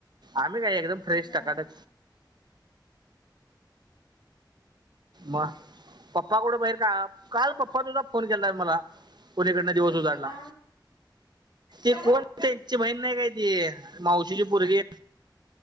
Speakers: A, on the right; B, on the left.
A: आम्ही काय एकदम फ्रेश
B: होय
A: टकाटक. मग पप्पा कुडं बाहेर का काल पप्पा सुुद्धा फोन केलाय मला कोणीकडन दिवस उधारला
B: का
A: ते
B: का
A: कोण? त्यांची बहीण नाही काय त मावशीची परगी